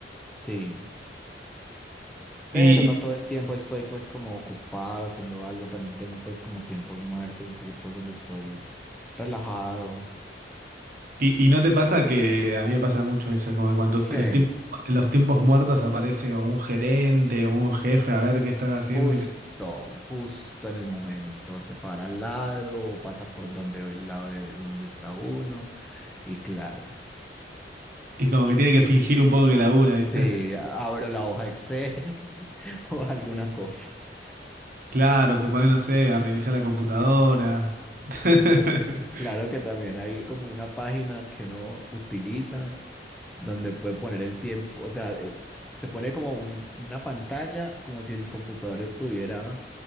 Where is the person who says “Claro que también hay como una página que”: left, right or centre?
Centre